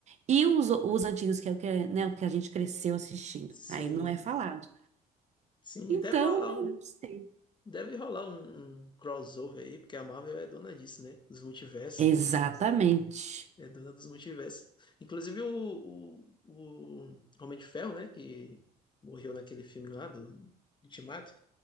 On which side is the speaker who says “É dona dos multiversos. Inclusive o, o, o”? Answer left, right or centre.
Left